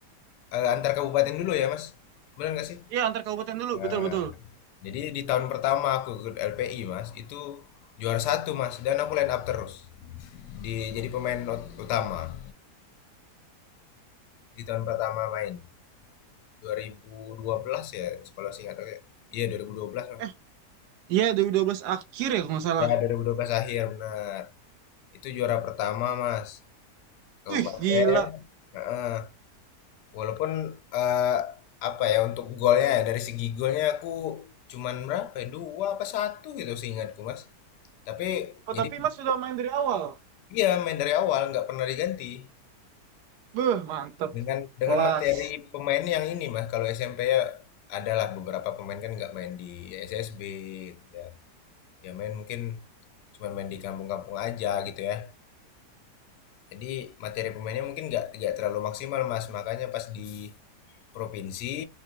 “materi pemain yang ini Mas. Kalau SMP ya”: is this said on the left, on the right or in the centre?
Left